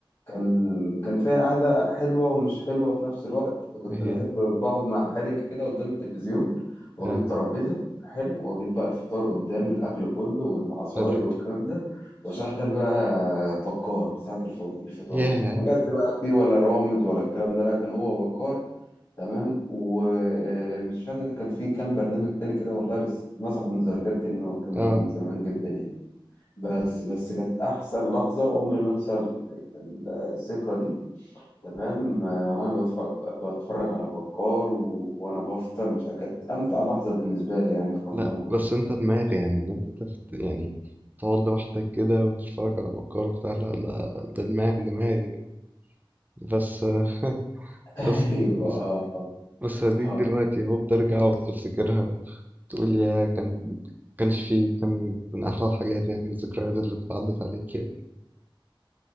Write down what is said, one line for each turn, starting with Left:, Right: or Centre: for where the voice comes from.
Left: كان كان في عاده حلوه ومش حلوه في نفس الوقت كنت
Right: أهي
Left: بحب بقعد مع حالي كده قدام التلفزيون واجيب
Right: آه
Left: ترابيزه حلو واجيب بقى الفطار قدامي الاكل كله والعصاير
Right: حلو
Left: والكلام ده واشغل بقى بكار ساعه الف- الفطار
Right: ياه
Left: بقى ما كانش بقى فيه ولا رامز ولا الكلام ده لا كان هو بكار تمام ومش فاكر كان في كام برنامج تاني كده والله بس مسحوا من ذاكرتي انه كان من
Right: آه
Left: زمان جدا يعني بس بس كانت احسن لحظه وعمري ما انسى ال- ال- الذكرى دي تمام آه، وانا بتفك... بتفرج على بكار و... وانا بفطر مش عارف، كانت امتع لحظه بالنسبه لي يعني في رمضان
Right: لا
Left: كله
Right: بس أنت دماغي يعني إن أنت تفت يعني تقعد لوحدك كده وتتفرج على بكار وبتاع لا لا ده دماغ دماغي بس آه، <laughs>
Left: <laughs> ايوه
Right: بس بس
Left: اه اه
Right: بس هديك
Left: آه.
Right: دلوقتي أهو بترجع وبتفتكرها تقول يا كان كانش فيه كان من أحلى الحاجات يعني الذكريات اللي عدت عليك يعني.